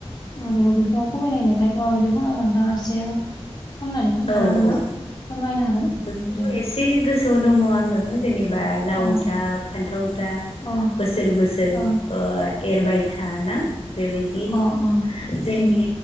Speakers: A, on the left; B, on the left.
A: माबायाव बिखुङाव खुबैनाय मेथाइखौ माबायदि खनो नोंथाङा एसे खनननानै खोन्थानो
B: औ
A: हागोन
B: औ
A: ना फोरमायनो हागोन
B: बेखौ
A: दे
B: एसे गोसोयाव दङ आङो जेनेबा लाव
A: अ
B: जा फानथाव जा
A: अ
B: बोसोर बोसोर
A: अ
B: ओ एरबाय था ना बेबायदि
A: अ अ
B: जोंनि
A: उम